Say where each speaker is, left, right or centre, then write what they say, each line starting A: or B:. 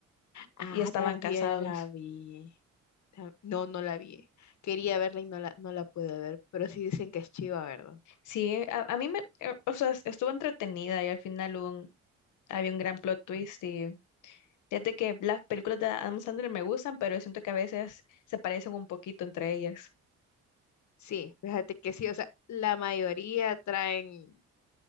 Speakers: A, on the left; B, on the left.
A: Ah,
B: y estaban
A: también
B: casados.
A: la vi. Ta- No, no la vi. Quería verla y no la, no la pude ver, pero sí dicen que es chiva, ¿verdad?
B: Sí, a, a mí me, eh, o sea, estuvo entretenida y al final hubo un- había un gran plot twist y fíjate que las películas de Adam Sandler me gustan, pero siento que a veces se parecen un poquito entre ellas.
A: Sí, fíjate que sí, o sea, la mayoría traen,